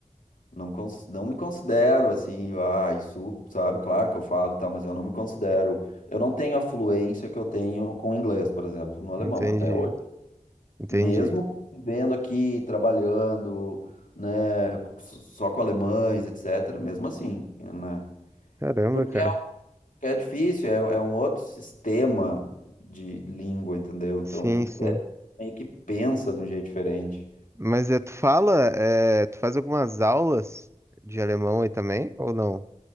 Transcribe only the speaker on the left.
Não, cons- não me considero assim, ah, isso, sabe? Claro que eu falo, tá, mas eu não me considero. Eu não tenho a fluência que eu tenho com o inglês, por exemplo, no alemão,
até hoje.
Mesmo vivendo aqui, trabalhando, né, só com alemães, etc., mesmo assim, né?
Porque
é, é difícil, é, é um outro sistema de língua, entendeu? Então,
tu
meio que pensa de um jeito diferente.